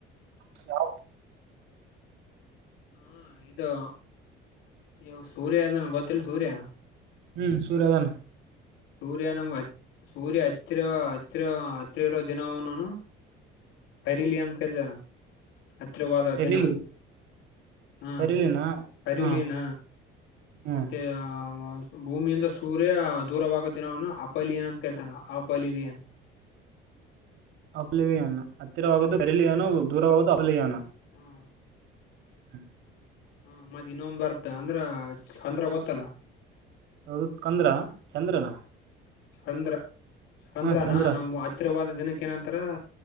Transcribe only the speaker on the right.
ಹಲ
ಹ್ಮ್ ಸೂರದಾನ
ಕರಿಲಿ
ಕರಿಲಿನ
ಹಾ ಹ್ಮ್
ಆಬ್ಲವಯಾನ ಹತ್ತಿರವಾಗ ಬೆರಲಿಯಾನ ದೂರವಾಗದು ಹಬ್ಲಯಾನ
ಹ್ಮ
ಯಾದು ಸ್ಕಂದ್ರ ಚಂದ್ರನ
ಹಾ ಚಂದ್ರ